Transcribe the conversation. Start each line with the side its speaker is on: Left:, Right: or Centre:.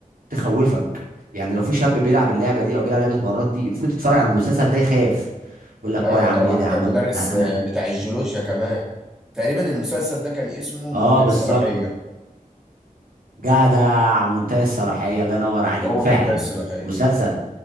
Right: تخوفك يعني لو في شاب بيلعب اللعبه دي او بيلعب لعبه المراهنات دي المفروض يتفرج على المسلسل ده يخاف يقول لك
Centre: ايوه
Right: اه يا عم
Centre: طبعا
Right: ايه ده
Centre: كان
Right: يا عم
Centre: مدرس
Right: انا
Centre: آه،
Right: أنا-
Centre: بتاع الجيولوجيا كمان تقريبا المسلسل ده كان اسمه منتهى
Right: اه بالظبط
Centre: الصلاحية
Right: جدع منتهى الصلاحيه الله ينور عليك
Centre: هو
Right: فعلا
Centre: منتهي الصلاحية
Right: مسلسل